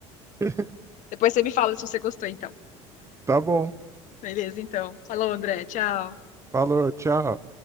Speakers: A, on the right; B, on the left.
A: <laughs>
B: Depois você me fala se você gostou, então.
A: Tá bom.
B: Beleza, então. Falou, André. Tchau.
A: Falou, tchau.